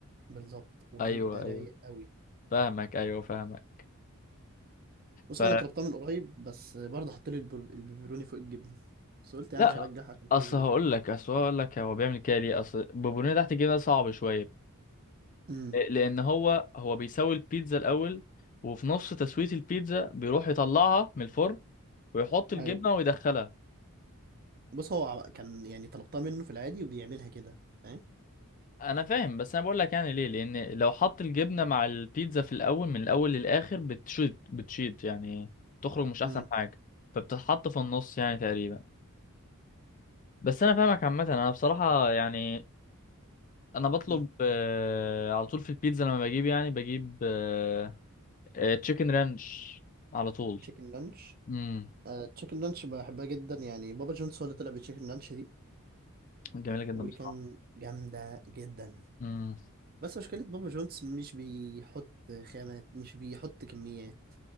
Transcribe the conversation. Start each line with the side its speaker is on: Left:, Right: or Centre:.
Right: بالظبط وبيبقى
Left: ايوه ايوه
Right: رايق قوي
Left: فاهمك ايوه فاهمك
Right: بص
Left: ف
Right: انا طلبتها من قريب بس برضه حط لي البر- البيبروني فوق الجبنه بس قلت يعني
Left: لا
Right: مش هرجح عشان
Left: اصل
Right: حاجه زي
Left: هقول
Right: دي
Left: لك اصل هو هقول لك هو بيعمل كده ليه اصل بوبونيه تحت الجبنه صعب شويه
Right: امم
Left: آه، لان هو هو بيسوي البيتزا الاول وفي نص تسويه البيتزا بيروح يطلعها من الفرن ويحط الجبنه
Right: ايوه
Left: ويدخلها
Right: بص هو ع- كان يعني طلبتها منه في العادي وبيعملها كده فاهم
Left: انا فاهم بس انا بقول لك يعني ليه لان لو حط الجبنه مع البيتزا في الاول من الاول للاخر بتشيط بتشيط يعني تخرج مش احسن
Right: امم
Left: حاجه فبتتحط في النص يعني تقريبا بس انا فاهمك عامه انا بصراحه يعني انا بطلب
Right: امم
Left: آه، على طول في البيتزا لما بجيب يعني بجيب آه آه تشيكن رانش على طول
Right: تشيكن لانش
Left: امم
Right: آه تشيكن لانش بحبها جدا يعني بابا جونز هو اللي طلع بتشيكن لانش دي
Left: جميله جدا
Right: وكان
Left: بصراحه
Right: جامدة جدا
Left: امم
Right: بس مشكلة بابا جونز مش بيحط خامات مش بيحط كميات